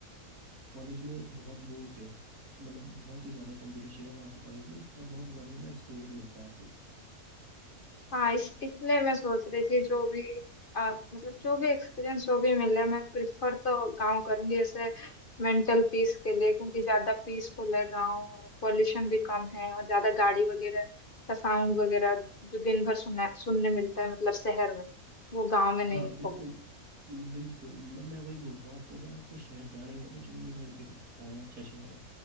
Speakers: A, on the right (about 85°); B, on the left (about 40°).
A: कॉलेज में बहुत वो होते हैं मतलब बहुत ही ज़्यादा कंपटीशन है वहाँ पे कॉलेज में और बहुत ही ज़्यादा मतलब एक्सपोजर मिलता है आपको
B: हाँ इस इसलिए मैं सोच रही थी जो भी आ, मतलब जो भी एक्सपीरियंस जो भी मिले मैं प्रिफर तो गांव करूंगी ऐसे मेंटल पीस के लिए क्योंकि ज्यादा पीसफुल है गांव और पॉल्यूशन भी कम है और ज्यादा गाड़ी वगैरह का साउंड वगैरह जो दिन भर सुना सुनने मिलता है मतलब शहर में वो गांव में नहीं
A: हाँ बिल्कुल
B: होगा
A: बिल्कुल मैं मैं वही बोल रहा हूँ आपको अगर आपको शहर जाना ही है तो चंडीगढ़ फिर ज़्यादा अच्छा शहर है